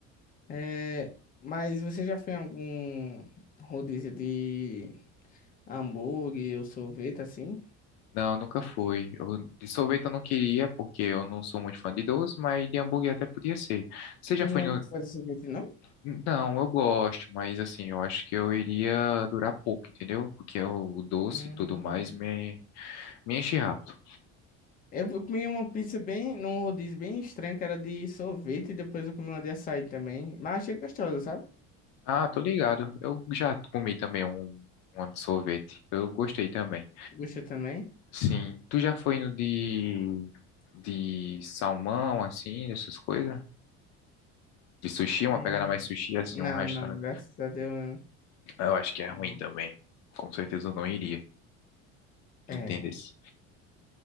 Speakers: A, on the left; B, on the left.
A: É, mas você já foi em algum rodízio de hambúrguer ou sorvete, assim?
B: Não, nunca foi. Eu- de sorvete eu não queria, porque eu não sou muito fã de doce, mas de hambúrguer até podia ser. Você já
A: Tu
B: foi
A: não é
B: no.
A: muito fã de sorvete, não?
B: Não, eu gosto, mas assim, eu acho que eu iria durar pouco, entendeu? Porque o doce
A: Hum.
B: e tudo mais me, me enche rápido.
A: Eu comi uma pizza bem, num rodízio bem estranho, que era de sorvete, e depois eu comi uma de açaí também. Mas achei gostosa, sabe?
B: Ah, tô ligado. Eu já comi também um, um de sorvete. Eu gostei também.
A: Gostou também?
B: Sim. Tu já foi no de, de salmão, assim, essas coisas? De sushi, uma
A: Hum.
B: pegada mais sushi, assim,
A: Não,
B: um restaurante.
A: não, graças a Deus.
B: Eu acho que é ruim
A: não.
B: também. Com certeza eu não iria.
A: É.
B: Entende? se